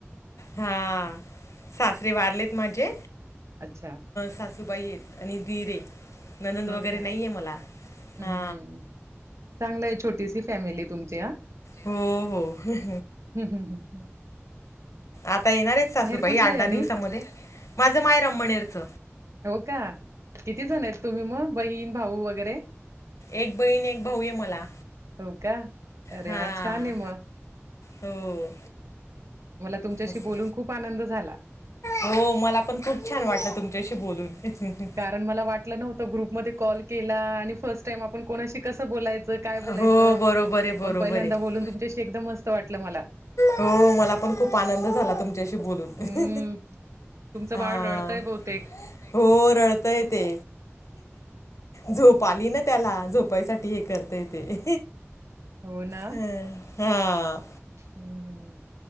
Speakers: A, on the left (about 90°); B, on the right (about 75°).
A: हा सासरे वारलेत माजे
B: अच्छा.
A: सासूबाई आहेत आणि दिर ए ननंद
B: हो
A: वगैरे
B: का?
A: नाहीये मला
B: हम्म
A: हा.
B: हम्म. चांगलं हाय छोटीशी फॅमिली तुमची आ हम्
A: हो हो
B: हम् हम् हम्.
A: आता येणारएत सासूबाई
B: कुठलं
A: आठ
B: आहे
A: दहा
B: आणि?
A: दिवसामध्ये, माझं माहेर अमनेरच
B: हो का किती जण आहेत तुम्ही मग बहीण भाऊ वगैरे?
A: एक बहीण, एक भाऊ ए मला
B: हो का अरे
A: हा
B: वा छान ए मग?
A: हो.
B: मला तुमच्याशी
A: असं
B: बोलून खूप आनंद झाला.
A: हो मला पण खूप छान वाटलं तुमच्याशी बोलून
B: कारण मला वाटलं नव्हतं, ग्रुपमध्ये कॉल केला आणि फर्स्ट टाइम आपण कोणाशी कसं बोलायचं? कस काय बोलायचं?
A: हो बरोबर आहे बरोबर
B: पण पहिल्यांदा
A: आहे
B: बोलून तुमच्याशी एकदम मस्त वाटलं मला.
A: हो मला पण खूप आनंद झाला, तुमच्याशी बोलून
B: हम्म तुमचं
A: हां.
B: बाळ रडतय बहुतेक
A: हो रडतय ते झोप आली ना त्याला झोपायसाठी हे करतय ते
B: हो ना
A: ह हा.
B: हम्म